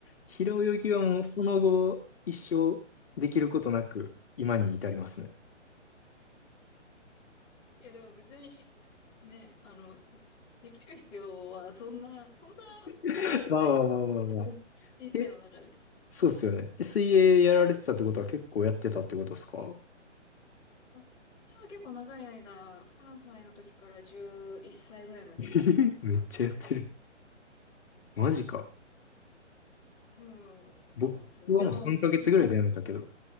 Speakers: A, on the left; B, on the left.
A: 平泳ぎはもうその後、一生できることなく、今に至りますね。
B: いや、でも別に、ね、あの、できる必要はそんな、そんな、
A: <laughs>
B: ね、ないです。
A: わあわあわあわあわあ。
B: <laughs> 人生の中で。
A: え、そうっすよね。え水泳やられてたってことは結構やってたってことですか
B: 私は結構長い間、3歳の時から11歳ぐらいまでやってましたね。
A: えー <laughs> めっちゃやってる。マジか。
B: うん、そうですね。
A: 僕はもう3ヶ月ぐらいでやめたけど。
B: でも、なんか、